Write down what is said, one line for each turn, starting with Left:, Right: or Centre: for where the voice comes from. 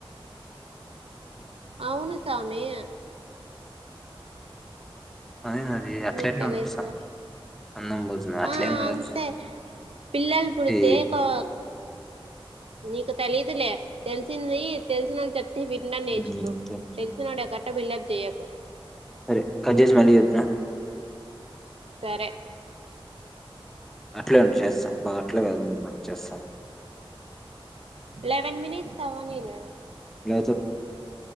Right: అవును స్వామి
Centre: అదే అది అట్లా
Right: నీ
Centre: ఎట్లా
Right: తలేదుల
Centre: ఉంటది సామి అందం పోతుంది అట్లేం
Right: ఆ
Centre: కాదు
Right: అంతే పిల్లలు పుడితే
Centre: ఈ
Right: కా నీకు తేలిదులే తెల్సింది ఈ తెల్సినల్ చె వినడం నేర్చుకో
Centre: హ్మ్.
Right: తెలుసు నొడే <unintelligible> బిల్డ్ అప్ చెయ్యాకు
Centre: సరే కట్ చేసి మళ్ళీ ఎత్తనా
Right: సరే
Centre: అట్లే ఉండు చేస్తా బా <unintelligible>
Right: లెవెన్ మినిట్స్ అవన్నీ లే
Centre: <unintelligible>